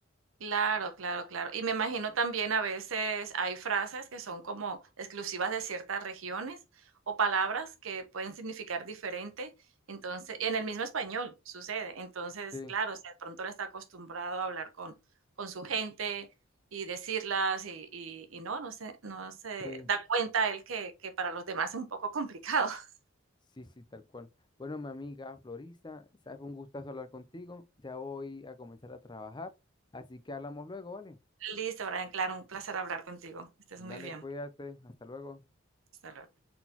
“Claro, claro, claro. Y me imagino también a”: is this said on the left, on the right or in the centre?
Right